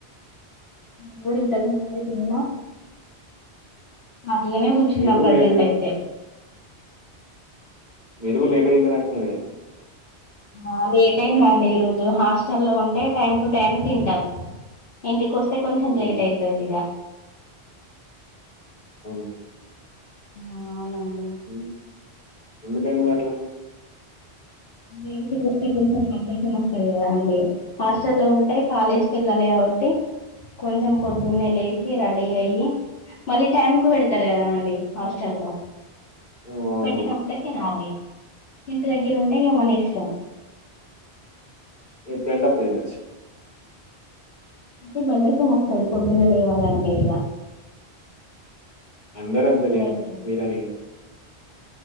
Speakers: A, on the left (about 65°); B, on the left (about 40°).
A: నేన్ గూడ ఇంతకు ముందే తిన్నా. ఖాళీగనే కూర్చున్న
B: మీరు కూడా
A: ప్రసెంట్
B: లేటు
A: అయితె
B: మీర్ గూడ లేట్ గ తింటనట్టున్నరుగా
A: ఆ లేటయిందండి ఈరోజు, హాస్టల్లో ఉంటే టైమ్ టు టైమ్ తింటం. ఇంటికొస్తె కొంచెం
B: హ్మ్.
A: లేటయితదిగ
B: అవునా
A: ఆ అవునండి
B: హ్మ్. ఎందుకండి మరట్ల?
A: ఇగ ఇంటికొస్తే కొంచెం బద్దకం వస్తది కదా అండి, హాస్టల్ లో ఉంటే కాలేజ్ కెళ్ళాలి గాబట్టి కొంచెం పొద్దున్నే లేసి
B: హ్మ్.
A: రెడీ అయ్యి మళ్ళీ టైం కు పెడతరు కదా అండి హాస్టల్లొ
B: ఆ! అవునవును.
A: పెట్టినప్పుడే తినాలి ఇంటి దగ్గేరుంట్ ఇంగ మనిష్టం
B: ఎప్పుడంటే అప్పుడు తినొచ్చు
A: అంటె బద్దకమొస్తది పొద్దున లేవాలంటే ఇగ
B: అందరంతె
A: ఇంటి
B: లేండి
A: దగ్గర ఉంటే
B: మీరనిగాదు